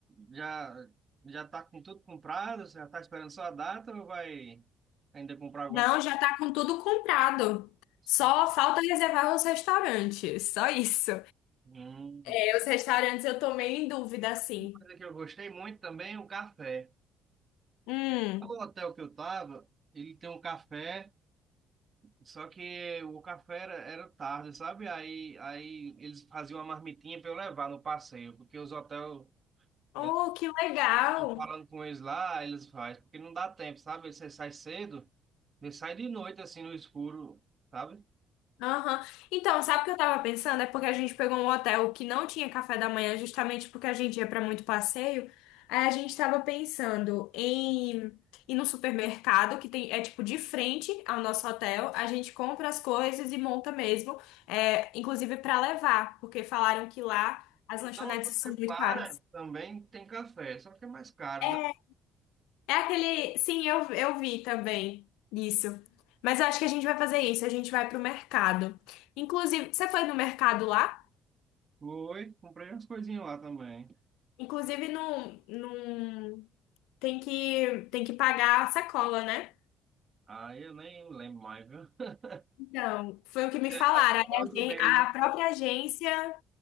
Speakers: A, on the right; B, on the left.
A: já já está com tudo comprado? Você já está esperando só a data ou vai ainda comprar alguma
B: Não,
A: coisa?
B: já tá com tudo comprado. Só
A: Ah,
B: falta reservar os restaurantes, só isso.
A: Hum.
B: É, os restaurantes eu tô meio em dúvida assim.
A: Uma coisa que eu gostei muito também é o café.
B: Hum.
A: O hotel que eu tava, ele tem um café, só que o café era, era tarde, sabe? Aí, aí eles faziam uma marmitinha para eu levar no passeio, porque os hotéis,
B: Oh,
A: eles,
B: que legal!
A: falando com eles lá, eles fazem, porque não dá tempo, sabe? Você sai cedo. Ele sai de noite, assim, no escuro, sabe?
B: Aham. Então, sabe o que eu tava pensando? É porque a gente pegou um hotel que não tinha café da manhã, justamente porque a gente ia pra muito passeio. Aí a gente tava pensando em ir no supermercado, que tem, é tipo de frente ao nosso hotel. A gente compra as coisas e monta mesmo, é, inclusive pra levar, porque falaram que lá as
A: E
B: lanchonetes
A: lá onde você
B: são muito
A: para,
B: caras.
A: também tem café, só que é mais caro,
B: É.
A: né?
B: É aquele. Sim, eu, eu vi também isso. Mas eu acho que a gente vai fazer isso. A gente vai pro mercado. Inclusive, você foi no mercado lá?
A: Foi, comprei umas coisinhas lá também.
B: Inclusive, não, não tem que, tem que pagar a sacola, né?
A: Aí eu nem lembro mais, viu? <laughs>
B: Então, foi o que me
A: Essa
B: falaram.
A: coisa
B: Aí A, gen-
A: mesmo.
B: a própria agência